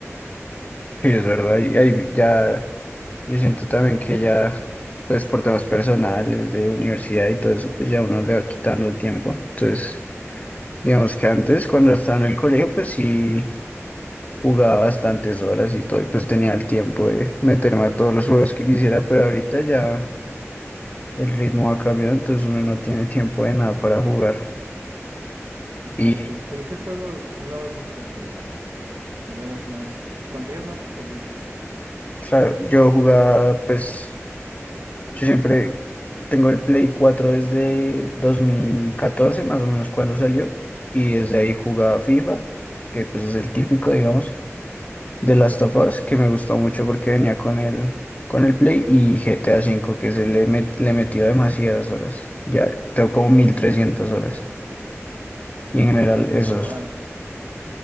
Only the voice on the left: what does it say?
Sí, es verdad, y ahí ya. Yo siento también que ya, pues por temas personales, de universidad y todo eso, pues ya uno le va quitando el tiempo. Entonces, digamos que antes, cuando estaba en el colegio, pues sí jugaba bastantes horas y todo, y pues tenía el tiempo de meterme a todos los juegos que quisiera, pero ahorita ya el ritmo ha cambiado, entonces uno no tiene tiempo de nada para jugar.
Y
claro, yo jugaba, pues. Yo siempre tengo el Play cuatro desde 2014 más o menos cuando salió, y desde ahí jugaba FIFA, que pues es el típico, digamos, de Last of Us, que me gustó mucho porque venía con el, con el Play y GTA V, que se le, met- le metió demasiadas horas. Ya tengo como 1300 horas. Y en general esos.